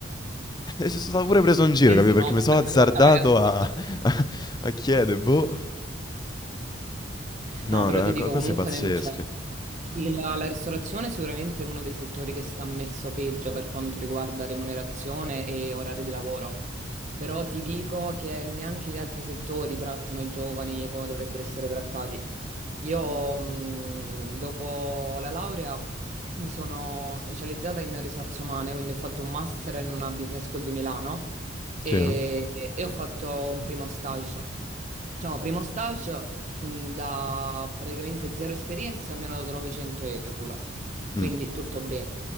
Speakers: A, on the left (about 20°); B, on the right (about 40°).
A: <laughs> E sono stato pure preso in giro,
B: Sì,
A: capito?
B: sì,
A: Perché
B: no,
A: mi sono
B: questa
A: azzardato
B: cosa è assurda.
A: a, <laughs> a, a chiedere, boh. No,
B: No, però
A: ra-
B: ti dico
A: co- cose
B: comunque,
A: pazzesche.
B: non c'è. Sì, La, la ristorazione è sicuramente uno dei settori che sta messo peggio per quanto riguarda remunerazione e orari di lavoro, però ti dico che neanche gli altri settori trattano i giovani come dovrebbero essere trattati. Io, mh, dopo la laurea, mi sono specializzata in risorse umane, quindi ho fatto un master in una business school di Milano e,
A: Sì. eh?
B: e ho fatto un primo stage. Diciamo, primo stage mh, da praticamente zero esperienza mi hanno dato 900 euro, quindi
A: Mm.
B: tutto bene.